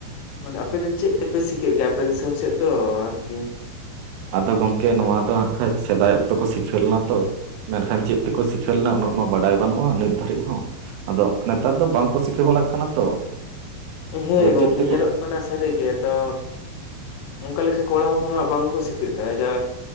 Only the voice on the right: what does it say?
ᱟᱫᱚ ᱜᱚᱢᱠᱮ ᱱᱚᱣᱟ ᱫᱚ ᱦᱟᱸᱠᱷᱟᱡ ᱥᱮᱫᱟᱭ ᱚᱠᱛᱮ ᱠᱚ ᱥᱤᱠᱷᱟᱹ ᱞᱮᱱᱟ ᱛᱚ᱾ ᱢᱮᱱᱠᱷᱟᱱ ᱪᱮᱫ ᱛᱮᱠᱚ ᱥᱤᱠᱷᱟᱹ ᱞᱮᱱᱟ ᱩᱱᱟᱹᱜ ᱢᱟ ᱵᱟᱰᱟᱭ ᱵᱟᱹᱱᱩᱜᱼᱟ ᱱᱤᱛ ᱫᱷᱟᱹᱨᱤᱡ ᱦᱚᱸ᱾ ᱟᱫᱚ ᱱᱮᱛᱟᱨ ᱫᱚ ᱵᱟᱝ ᱠᱚ ᱥᱤᱠᱟᱹᱜ ᱵᱟᱲᱟᱜ ᱠᱟᱱᱟ ᱛᱚ᱾
ᱟᱫᱚ
ᱪᱮᱫ ᱛᱮᱠᱚ